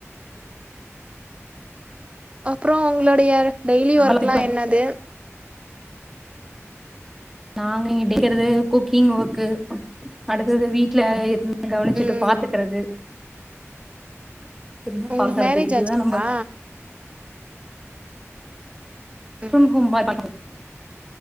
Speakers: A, on the right (about 25°); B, in the centre.
A: அப்றோ உங்களோடைய டெய்லி
B: நாங்க
A: வொர்க்குலா என்னது
B: நாங்க இடிக்றது குக்கிங் வொர்க்கு அடுத்தது வீட்ல இருந் கவனிச்சுட்டு
A: ம்
B: பாத்துக்றது துப்புபாக்றது
A: உங்களுக்கு மேரேஜ்
B: இதுதா
A: ஆச்சுங்களா
B: நம்ப <inaudible>
A: ம்